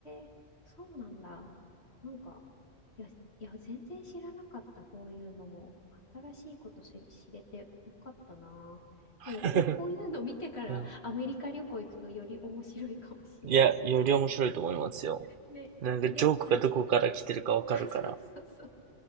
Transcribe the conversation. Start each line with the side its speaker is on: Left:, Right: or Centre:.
Left: え、そうなんだ。なんか、いや、いや、全然知らなかった、こういうのも。新しいことし知れてよかったな。でもこう、
Right: <laughs>
Left: こういうの見てからアメリカ旅行行くとより面白いかもしれない。
Right: うんいや、より面白いと思いますよ。
Left: ね、
Right: なんかジョークがどこから来てるかわかるから。
Left: で、レストランで、あ、そうそうそう。